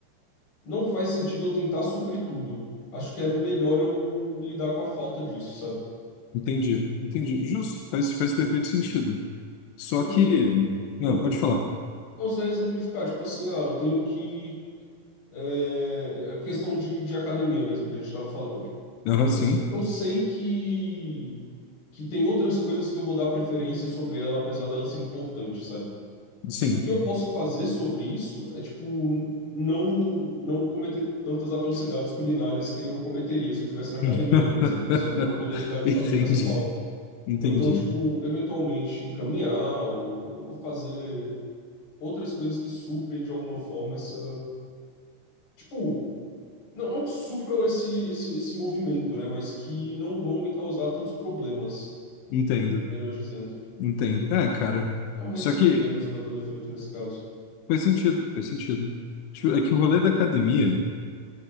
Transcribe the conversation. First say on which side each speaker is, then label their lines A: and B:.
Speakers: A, on the left; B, on the left.
A: não faz sentido eu tentar suprir tudo. Acho que é melhor eu lidar com a falta disso, sabe?
B: Entendi, entendi. Justo, faz, faz perfeito sentido. Só
A: Tipo,
B: que.
A: eu-
B: Não,
A: ah,
B: pode falar.
A: não sei exemplificar, tipo assim, ah, eu tenho que é, é questão de, de academia mesmo que a gente estava falando.
B: Aham,
A: eu-
B: sim,
A: eu sei que que tem outras coisas que eu vou dar preferência sobre ela, apesar dela ser importante, sabe?
B: sim.
A: O que eu posso fazer sobre isso é, tipo, não não cometer tantas atrocidades culinárias que nem eu cometeria se eu estivesse na academia,
B: <laughs>
A: por exemplo, sabe? Para poder lidar justamente
B: Entendi,
A: com essa falta.
B: entendi.
A: Ou então, tipo, eventualmente caminhar ou, ou fazer outras coisas que suprem de alguma forma essa. Tipo, não, não que supram esse, esse, esse movimento, né? Mas que não vão me causar tantos problemas,
B: Entendo,
A: melhor dizendo.
B: entendo. É, cara.
A: É uma
B: Só
A: redução
B: que
A: de danos para todo efeito nesse caso.
B: faz sentido, faz sentido. Tipo, É que o rolê da academia.